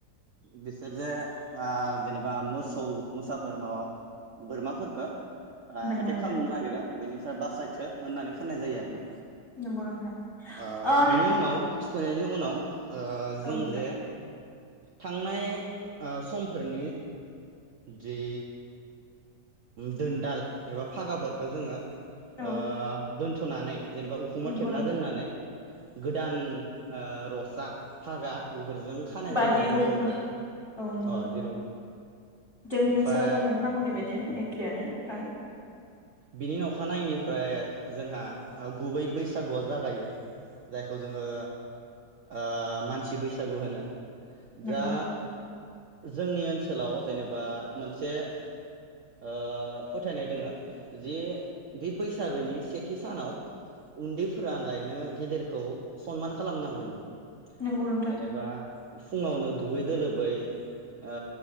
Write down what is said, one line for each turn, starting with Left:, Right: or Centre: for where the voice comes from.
Right: बिसोर जे आ जेनेबा मोसौ मोसाफोर माबा बोरमाफोरफोरखो आ
Left: नंगौ
Right: एटेक
Left: नोंथां
Right: खालामनो नागिरो बिनि बासायथो होननानै फुनाय जायो आरोना।
Left: नंगौ नोंथां
Right: <inaudible> ओ
Left: आह
Right: बिनि उनाव फैनायनि उ उनाव ओ जों
Left: औ नोंथां
Right: जे थांनाय ओ समफोरनि जि दोनदाल एबा फागाफोरखौ जोङो
Left: औ
Right: ओ दोन थुनानै जेनेबा उखुमा
Left: नंगौ
Right: थेबना
Left: नोंथां
Right: दोननानै गोदान ओ रसा फागा बे फोरजों खानाय
Left: बा
Right: जायो
Left: दिरुं
Right: आरो मोगोखौ
Left: औ नंगौ
Right: अ
Left: नोंथां
Right: दिरुं
Left: जोंनि
Right: ओमफ्राय
Left: ओनसोलावबो नोंथांमोननि
Right: अ
Left: बायदि एखेयानो फ्राय
Right: बिनि अखानायनायनि ओमफ्राय जोंहा गुबै बैसागुआ जागायो जायखौ जोङो ओ मानसि बैसागु होनो।
Left: नंगौ
Right: दा
Left: नोंथां
Right: जोंनि ओनोल सोलाव जेनेबा मोनसे ओ फोथायनाय दोङो जे बे बैसागोनि सेथि सानाव उन्दैफोरालायनो गेदेरखौ सनमान खालामनांगौनो।
Left: नंगौ नोंथां
Right: जेनेबा फुङावनो दुगैद लोबै ओ